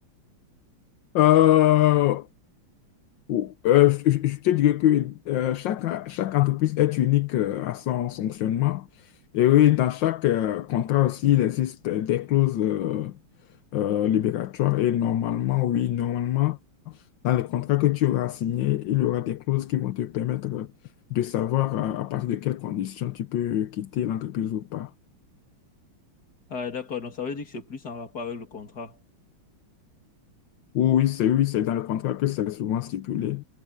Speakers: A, on the left; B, on the left.
A: Euh, Ou- euh, je, je- je te dirais que euh, chaque, chaque entreprise est unique euh, à son fonctionnement. Et oui, dans chaque euh, contrat aussi, il existe des clauses euh, euh, libératoires. Et normalement, oui, normalement, dans les contrats que tu auras signés, il y aura des clauses qui vont te permettre de savoir à, à partir de quelles conditions tu peux quitter l'entreprise ou pas.
B: Ah, d'accord, donc ça veut dire que c'est plus en rapport avec le contrat.
A: Oui, oui, c'est oui, c'est dans le contrat que c'est souvent stipulé